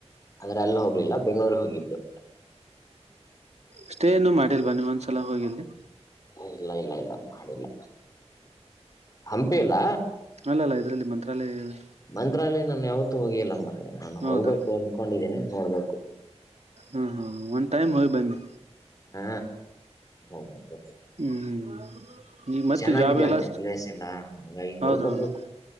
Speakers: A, on the left; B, on the right.
A: ಅಂದ್ರೆ ಅಲ್ಲ ಹೋಗ್ಲಿಲ್ಲ ಬೆಂಗಳೂರು ಹೋಗಿದ್ದು
B: ಅಷ್ಟೇ ನು ಮಾಡಿಲ್ವಾ ನೀವ ಒಂದ್ಸಲ ಹೋಗಿಲ್ಲಿ
A: ಇಲ್ಲ ಇಲ್ಲ ಇಲ್ಲ ಮಾಡಿಲ್ಲ ಹಂಪಿ ಇಲ್ಲ
B: ಅಲ್ಲ ಅಲ್ಲ ಇದ್ರಲ್ಲಿ ಮಂತ್ರಾಲಯ
A: ಮಂತ್ರಲ್ಲಿ ನಾನನ್ ಯಾವತ್ತು ಹೋಗಿಲ್ಲ ಮರಿ ನಾನು
B: ಹೌದಾ
A: ಹೋಗ್ಬೇಕು ಅನ್ಕೊಂಡಿದ್ದೀನಿ ನೋಡ್ಬೇಕು
B: ಹಾ ಹಾ ಒಂದ್ ಟೈಮ್ ಹೋಗ್ ಬನ್ನಿ
A: ಹಾ ಹೋಗ್ಬರ್ಬೇಕ
B: ಹ್ಮ್ ಈ ಮತ್ತೆ
A: ಚೆನ್ನಾಗಿದೆ
B: ಜಾಬ್ಗೆಲ್ಲ
A: ಅಂತೆ ಪ್ಲೇಸ್ ಎಲ್ಲ ಹಂಗಾಗಿ ಹೋಗ್
B: ಹೌದ
A: ಬರ್ಬೇಕು
B: ಹೌದು